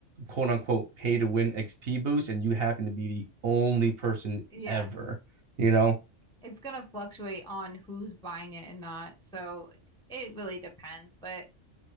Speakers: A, on the right; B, in the centre.
A: quote unquote pay to win XP boosts and you happen to be the only person
B: Yeah.
A: ever, you know?
B: It's gonna fluctuate on who's buying it and not. So like, it really depends, but